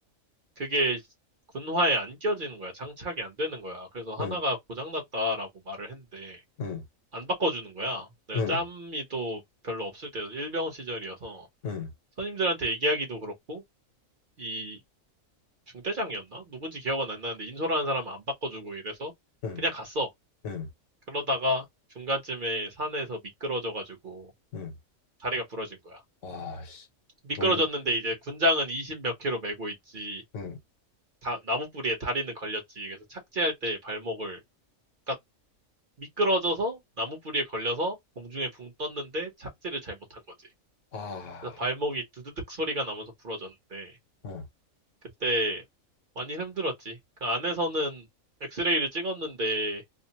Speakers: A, on the right; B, on the left.
A: 그게 군화에 안 껴지는 거야. 장착이 안 되는 거야. 그래서 하나가
B: 응,
A: 고장났다라고 말을 했는데,
B: 응,
A: 안 바꿔주는 거야. 내가
B: 응,
A: 짬이 또 별로 없을 때 일병 시절이어서
B: 응,
A: 선임들한테 얘기하기도 그렇고 이 중대장이었나? 누군지 기억은 안 나는데 인솔하는 사람은 안 바꿔주고 이래서
B: 응,
A: 그냥 갔어.
B: 응,
A: 그러다가 중간쯤에 산에서 미끄러져가지고
B: 응.
A: 다리가 부러진 거야.
B: 와, 씨,
A: 미끄러졌는데
B: 너무 근데,
A: 이제 군장은 20 몇 킬로 메고 있지.
B: 응,
A: 다, 나무 뿌리에 다리는 걸렸지. 그래서 착지할 때 발목을 그러니까 미끄러져서 나무 뿌리에 걸려서 공중에 붕 떴는데 착지를 잘못한 거지.
B: 아,
A: 그래서 발목이 드드득 소리가 나면서 부러졌는데
B: 응,
A: 그때 많이 힘들었지. 그 안에서는 엑스레이를 찍었는데